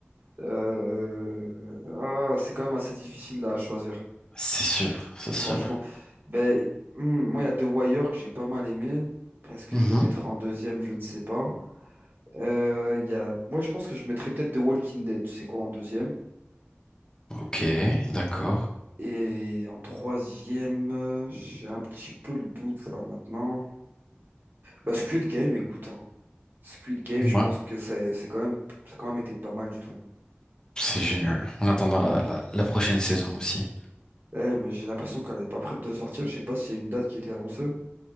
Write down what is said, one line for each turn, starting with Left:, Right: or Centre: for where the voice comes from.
Right: Euh, Ah, c'est quand même assez difficile là, à choisir.
Left: C'est sûr, c'est
Right: Franchement,
Left: sûr.
Right: ben, hmm, moi, il y a The Wire que j'ai pas mal aimé. Est-ce que
Left: Mhm.
Right: je le mettrai en deuxième? Je ne sais pas. Euh, il y a... Moi, je pense que je mettrais peut-être The Walking Dead, tu sais quoi, en deuxième.
Left: Ok, d'accord.
Right: Et en troisième, euh, j'ai un petit peu le doute là maintenant. Bah, Squid Game, écoute. hein. Squid Game,
Left: Ouais,
Right: je pense que c'est c'est quand même, ça a quand même été pas mal du tout.
Left: c'est génial. En attendant la, la la prochaine saison aussi.
Right: Eh, mais j'ai l'impression qu'elle est pas prête de sortir. Je sais pas s'il y a une date qui a été annoncée.